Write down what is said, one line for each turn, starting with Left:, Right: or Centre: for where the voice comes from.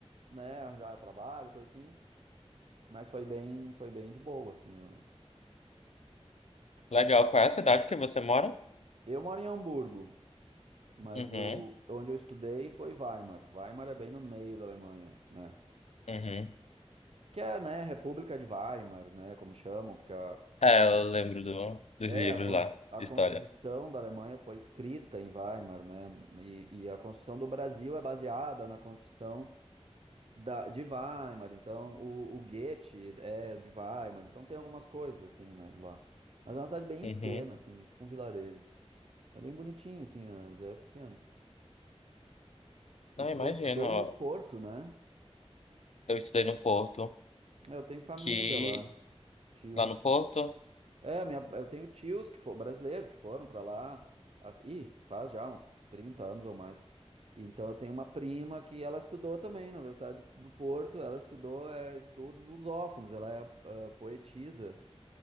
Right: né, arranjar trabalho, coisa assim, mas foi bem, foi bem de boa, assim, ó. Isso.
Left: Legal. Qual é a cidade que você mora?
Right: Eu moro em Hamburgo. Mas
Left: Uhum.
Right: eu, onde eu estudei foi Weimar. Weimar é bem no meio da Alemanha, né?
Left: Uhum.
Right: Que é, né, República de Weimar, né, como chamam, porque a,
Left: É,
Right: a, con-
Left: eu lembro do, dos
Right: é,
Left: livros
Right: a, cons-
Left: lá,
Right: a
Left: de
Right: Constituição
Left: história.
Right: da Alemanha foi escrita em Weimar, né? E, e a Constituição do Brasil é baseada na Constituição da, de Weimar, então o, o Goethe é de Weimar, então tem algumas coisas, assim, né, lá. Mas é uma cidade bem
Left: Uhum.
Right: pequena, assim, tipo um vilarejo. É bem bonitinho, assim, é é pequeno. E
Left: Não,
Right: tu
Left: imagino.
Right: estudou
Left: ó.
Right: no Porto, né?
Left: Eu estudei no Porto,
Right: Eu tenho família
Left: que...
Right: lá, tios.
Left: Lá no Porto...
Right: É, minha, eu tenho tios que foram brasileiros que foram pra lá. as- Ih, faz já uns 30 anos ou mais. Então eu tenho uma prima que ela estudou também na Universidade do Porto. Ela estudou é, estudos lusófonos. Ela é ah, poetisa